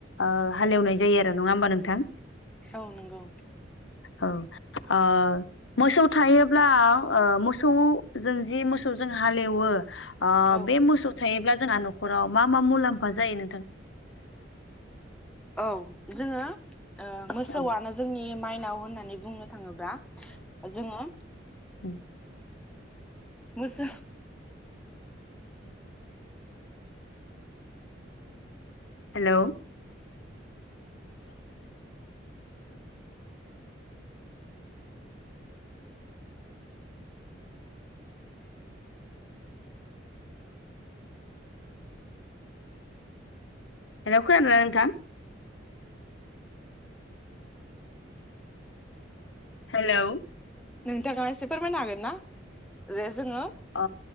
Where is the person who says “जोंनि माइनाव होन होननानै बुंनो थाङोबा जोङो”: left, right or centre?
Centre